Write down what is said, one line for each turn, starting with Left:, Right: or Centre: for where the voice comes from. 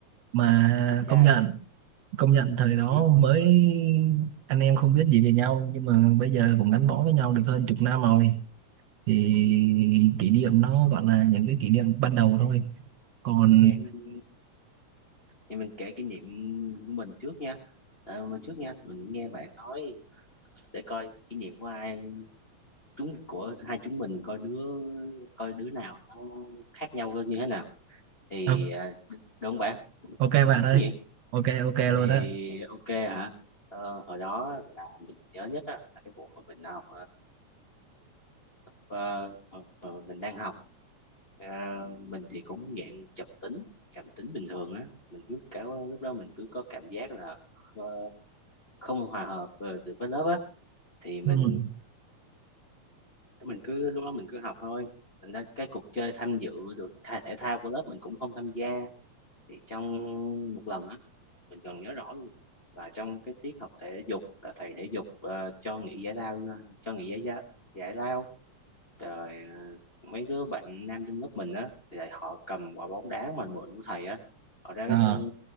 Right: mà
Left: trai
Right: công nhận công nhận thời đó
Left: ừ.
Right: mới anh em không biết gì về nhau nhưng mà bây giờ cũng gắn bó với nhau được hơn chục năm rồi thì
Left: ừ.
Right: kỷ niệm nó gọi là những cái kỷ niệm ban đầu thôi còn
Left: vậy mình vậy mình kể kỷ niệm của mình trước nha Ờ, mình trước nha mình nghe bạn nói để coi kinh nghiệm của ai chúng của hai chúng mình coi đứa coi đứa nào nó khác nhau như thế nào thì
Right: Ờ,
Left: à, đúng không bạn
Right: ok bạn
Left: được
Right: ơi
Left: chứ nhỉ
Right: ok ok luôn
Left: thì
Right: á
Left: ok hả ờ, hồi đó là mình nhớ nhất á là cái vụ hồi mình học ờ, ờ, ờ, mình đang học Ờ, mình thì cũng dạng trầm tính trầm tính bình thường á mình cứ cả lúc đó mình cứ có cảm giác là ờ, không hòa hợp ờ, được với lớp á thì mình
Right: ừ.
Left: mình cứ lúc đó mình cứ học thôi thành ra cái cuộc chơi tham dự rồi tha- thể thao của lớp mình cũng không tham gia thì trong một lần á mình còn nhớ rõ luôn là trong cái tiết học thể dục là thầy thể dục ờ, cho nghỉ giải lao vô- cho nghỉ giải giải, giải lao rồi ờ, mấy đứa bạn nam trong lớp mình á thì lại họ cầm quả bóng đá mà mượn của thầy á họ ra
Right: Ờ.
Left: cái sân